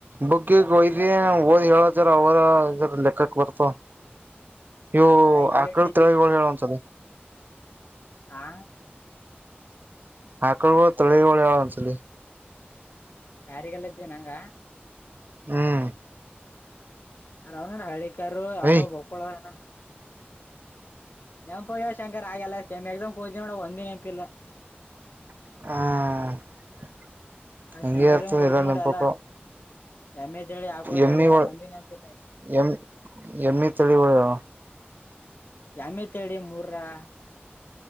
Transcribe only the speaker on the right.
ಬುಕ್ಕ ಹಯ್ದ ಓದ್ ಹೇಳ ಅವರ ಇದ್ರ ಲೆಕ್ಕಕ್ ಬರ್ತ ನೀವು
ಆಕಳ
ತಿರಗಿಗಳು ಹೇಳುವ ಒಂದಸಲ
ಆಕಳ ತಳಿಳ ಹೇಳ ಒಂದಸಲಿ
ಹ್ಮ್
ಯ್
<unintelligible>
ಎಮ್ಮಿ
ಒ
ಎ ಎಮ್ಮಿ ತಿಳಿವಲಿ.